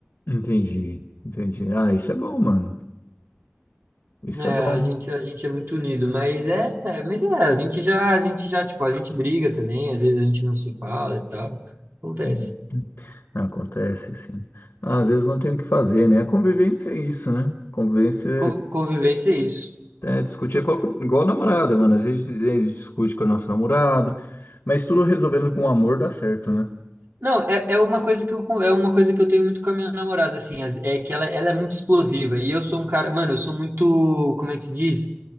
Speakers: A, on the left; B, on the right.
A: Entendi, entendi. Ah, isso é bom, mano. Isso
B: É,
A: é bom.
B: a gente, a gente é muito unido, mas é, é, mas é, a gente já, a gente já, tipo, a gente briga também, às vezes a gente não se fala e tal. Acontece.
A: Hum. Acontece assim. Ah, às vezes não tem o que fazer, né? Convivência é isso, né? Convivência
B: Con- Convivência é isso.
A: É, discutia qual- igual a namorada, mano. Às vezes eles discutem com a nossa namorada, mas tudo resolvendo com amor dá certo, né?
B: Não, é, é uma coisa que eu, con- é uma coisa que eu tenho muito com a minha namorada, assim, as- é que ela, ela é muito explosiva e eu sou um cara, mano, eu sou muito, como é que se diz?